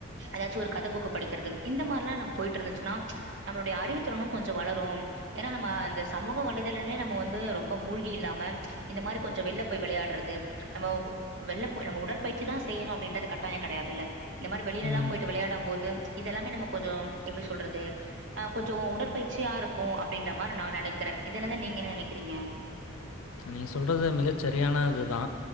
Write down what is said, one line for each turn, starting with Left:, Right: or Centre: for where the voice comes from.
Right: எதாச்சு ஒரு கத புக்க படிக்கிறது இந்த மார்லா நம் போயிட்டுருந்துச்சுனா ச்ச நம்மளுடைய அறிவுத்திறனு கொஞ்சோ வளரோ ஏனா நம்ம அந்த சமூக வலைதலைலயே நம்ம வந்து ரொம்ப மூழ்கி இல்லாம ச்ச இந்த மாரி கொஞ்சோ வெள்ல போயி விளையாட்றது நம்மவு வெள்ல போ நம்ம உடற்பயிற்சிதா செய்யணு அப்டின்றது கட்டாய கெடையாதுல்ல இந்த மாரி வெளிலெல்லா
Left: ம்.
Right: போயிட்டு விளையாடம் போது ச்ச இதெல்லாமே நம்ம கொஞ்சோ எப்டி சொல்றது அ கொஞ்சோ உடற்பயிற்சியா இருக்கோ அப்டின்ற மாரி நா நெனைக்கிறே இதுதல்லந்து நீங்க என்ன நெனைக்கிறீங்க
Left: நீ சொல்றது மிகச்செரியானதுதா